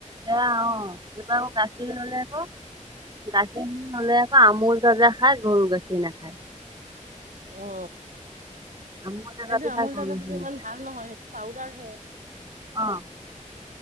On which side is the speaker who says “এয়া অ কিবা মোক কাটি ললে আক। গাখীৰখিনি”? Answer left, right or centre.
Right